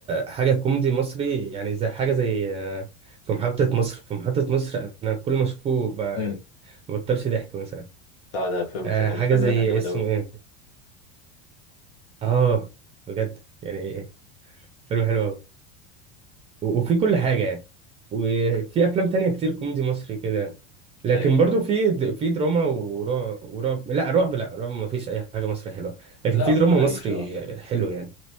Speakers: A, on the right; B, on the left.
A: حاجه كوميدي مصري يعني زي حاجه زي آه، في محطه مصر في محطه مصر انا كل ما اشوفه ب- يعني
B: امم
A: ما بطلش ضحك مثلا
B: بتاع ده الفيلم
A: آه،
B: الفيلم
A: حاجه زي
B: ده كان جامد
A: اسمه
B: أوي
A: ايه اه بجد يعني إيه؟ فيلم حلو أوي. و- وفي كل حاجة يعني وفي أفلام تانية كتير كوميدي مصري كده لكن
B: زي
A: برضو في د- في دراما ورعب ورعب لا رعب لا رعب ما فيش أي حاجة مصري حلوة لكن
B: لا
A: في
B: ما
A: دراما
B: تلاقيش
A: مصري حلو يعني